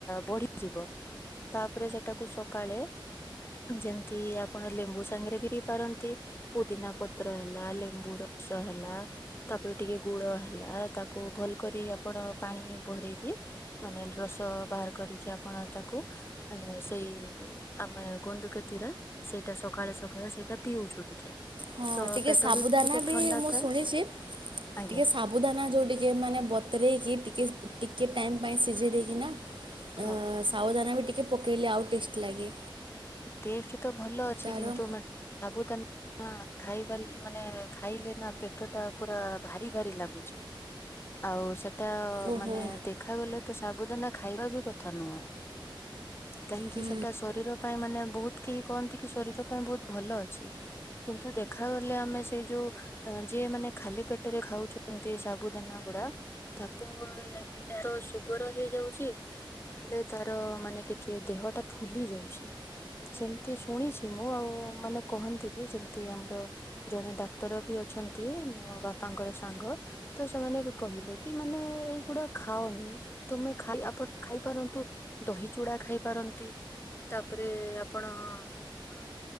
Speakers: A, on the left; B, on the right.
A: ବଢିଯିବ ତାପରେ ସେଟାକୁ ସକାଳେ ଯେମିତି ଆପଣ ଲେମ୍ବୁ ସାଙ୍ଗରେ ବିଇ ପାରନ୍ତି ପୁଦିନା ପତ୍ର ହେଲା ଲେମ୍ବୁ ରସ ହେଲା ତାପରେ ଟିକେ ଗୁଳ ହେଲା ତାକୁ ତାକୁ ଭଲ କରି ଆପଣ ପାଣି ଭରଇକି ମାନେ ରସ ବାହାର କରିକି ଆପଣ ତାକୁ ସେଇ ଆମେ ଗୋଧୁକତିର ସେଇଟା ସକାଳେ ସକାଳେ ସେଇଟା ପିଉଛୁ ଟିକେ
B: ହଁ
A: ତ
B: ଟିକେ
A: ପେଟ
B: ସାବୁଦାନା
A: ବି ଟିକେ
B: ବି
A: ଥଣ୍ଡା
B: ମୁଁ
A: ଥାଏ
B: ଶୁଣିଛି
A: ଆଜ୍ଞା
B: ଟିକେ ସାବୁଦାନା ଯୋଉଠିକ ଟିକେ ମାନେ ବତରୋଇକି ଟିକେ ଟିକେ ଟାଇମ୍ ପାଇଁ ସିଝେଇ ଦେଇକିନା ଅ
A: ହଁ
B: ସାାବଧାନ ବି ଟିକେ ଟିକେ ପକେଇଲେ ଆଉ ଟେଷ୍ଟ ଲାଗେ।
A: ଟେଷ୍ଟ ତ ଭଲ ଅଛି
B: ତାର
A: କିନ୍ତୁ ସାବୁ <unintelligible> ନା ଖାଇବା ମାନେ ଖାଇଲେ ନା ପେଟ ଟା ପୁରା ଭାରି ଭାରି ଲାଗୁଛି ଆଉ ସେ ଟା
B: ଓହୋ।
A: ମାନେ ଦେଖାଗଲେ ତ ସବୁଦିନ ଖାଇବା ବି କଥା ନୁହଁ। କାହିଁକି
B: ହୁଁ
A: ସେଟା ଶରୀର ମାନେ ବହୁତ କେହି କହନ୍ତି କି ଶରୀର ପାଇଁ ବହୁତ ଭଲ ଅଛି କିନ୍ତୁ ଦେଖାଗଲେ ଆମେ ସେଇ ଯୋଉ ଯିଏ ମାନେ ଖାଲି ପେଟରେ ଖାଉଛନ୍ତି ସାବୁ ଦାନା ଗୁଡା ତାକୁ ଏତ ସୁଗର ହେଇଯାଉଛି ନହେଲେ ତାର ମାନେ ଟିକେ ଦେହଟା ଫୁଲି ଯାଉଛି। ସେମିତି ଶୁଣିଛି ମୁଁ ଆଉ ମାନେ କହନ୍ତି ବି ଯେମତି ଆମର ଜଣେ ଡାକ୍ତର ବି ଅଛନ୍ତି ମୋ ବାପାଙ୍କର ସାଙ୍ଗ ତ ସେମାନେ ବି କହିଲେ କି ମାନେ ଏଇଗୁଡା ଖାଅନି ତମେ ଖାଇ ପା ଆପଣ ଖାଇପାରନ୍ତୁ ଦହି ଚୁଡା ଖାଇପାରନ୍ତି ତା ତାପରେ ଆପଣ ଅ